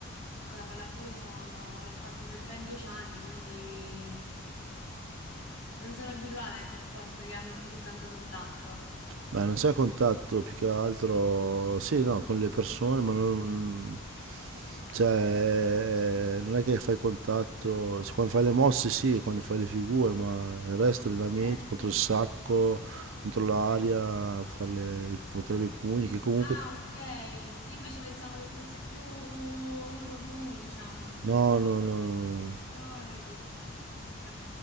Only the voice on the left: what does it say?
ecco la pallavolo sono, l'ho fatto per ben dieci anni, quindi non sono abituata ecco a sport che hanno così tanto contatto.
Eh
sì.
Ah, ok. Io invece pensavo che fosse più uno contro uno, diciamo.
Ah, vedi. Ok.